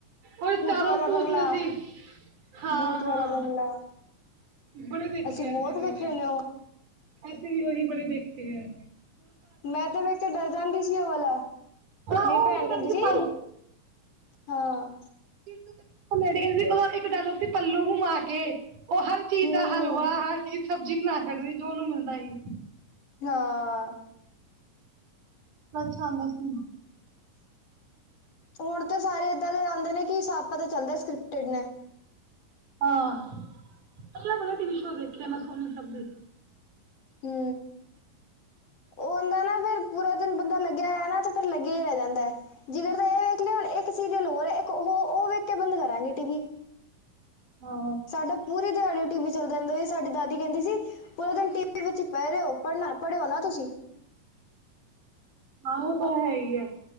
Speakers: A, on the right; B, on the left.
A: ਓ ਚਾਰੋਂ
B: ਵਾਲਾ
A: ਭੂਤ
B: ਬੰਗਲਾ
A: ਸੀ ਹਾਂ
B: ਭੂਤ ਵਾਲਾ
A: ਹਾਂ।
B: ਬੰਗਲਾ
A: ਬੜੇ ਦੇਖੇ
B: ਬਹੁਤ
A: ਐ ਅਸੀਂ ਵੀ
B: ਵੇਖੇ
A: ਓਹੀ
B: ਨੇ ਉਹ
A: ਅਸੀਂ ਵੀ ਓਹੀ ਬੜੇ ਦੇਖੇ ਐ!
B: ਮੈਂ ਤੇ ਵੇਖ ਕੇ ਡਰ ਜਾਂਦੀ ਸੀ ਉਹ ਵਾਲਾ,
A: ਆਹੋ
B: ਮੇਰੀ ਭੈਣ
A: ਉਹ ਜੋ
B: ਕਹਿੰਦੀ ਸੀ
A: ਪਲ
B: ਹਾਂ
A: ਇਕ ਲੇਡੀ ਸੀ, ਉਹਦਾ ਇੱਕ ਡਾਇਲੋਗ ਸੀ ਪੱਲੂ ਘੁੰਮਾ ਕੇ, ਉਹ ਹਰ ਚੀਜ਼
B: ਹਮ
A: ਦਾ ਹਲਵਾ ਹਰ ਚੀਜ਼ ਸਬਜ਼ੀ ਬਣਾ ਸਕਛਡਦੀ ਜੋ ਉਹਨੂੰ ਮਿਲਦਾ ਸੀ
B: ਹਾਂ
A: ਅਛਾ ਆਉਂਦਾ ਸੀ
B: ਹੁਣ ਤਾਂ ਸਾਰੇ ਇਏਦਾਂ ਦੇ ਆਉਂਦੇ ਨੇ, ਕਿ ਸਬ ਪਤਾ ਚੱਲਦਾ ਸਕ੍ਰਿਪਟਡ ਨੇ
A: ਹਾਂ ਅਲ ਅਲ ਟੀ ਵੀ ਸ਼ੋ ਦੇਖੇਆ ਮੈਂ ਸੋਨੀ ਸਬ ਤੇ
B: ਹੂ ਉਹ ਹੁੰਦਾ ਨਾ ਫਿਰ ਪੂਰਾ ਦਿਨ ਬ ਬੰਦਾ ਲੱਗਿਆ ਹੋਆ ਨਾ, ਫਿਰ ਲੱਗੇਆ ਹੀ ਰਹਿ ਜਾਂਦਾ ਹੈ ਜਿਨੀ ਦੇਰ ਇਹ ਵੇਖ ਲਿਆ ਹੁਣ ਇੱਕ ਸੀਰੀਅਲ ਹੋਰ ਐ, ਇੱਕ ਉਹ ਉਹ ਵੇਖ ਕੇ ਬੰਦ ਕਰਾਂਗੇ ਟੀ ਵੀ
A: ਹਾਂ
B: ਸਾਡਾ ਪੂਰੀ ਦਿਹਾੜੀ ਟੀ ਵੀ ਚ ਚੱਲਦੇ ਰਹਿੰਦੇ ਸੀ ਸਾਡੀ ਦਾਦੀ ਕਹਿੰਦੀ ਸੀ, ਪੂਰਾ ਦਿਨ ਟੀ ਵੀ ਵਿੱਚ ਹੀ ਪੈ ਰਹੇ ਹੋ ਪੜ੍ਹਨਾ ਪੜ੍ਹਿਓ ਨਾ ਤੁਸੀਂ
A: ਹਾਂ ਉਹ ਤਾਂ ਹੈ ਹੀ ਹੈ,